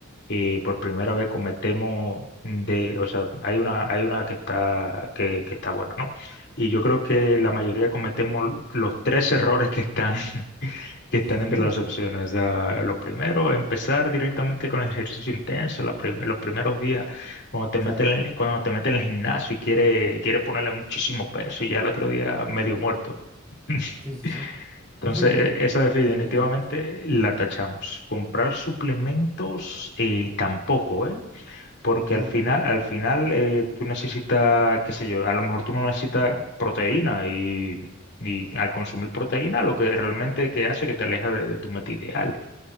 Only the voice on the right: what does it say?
Ujú.
<laughs>
Claro,
sí, sí, sí.
<laughs>
En efecto.
Ujú.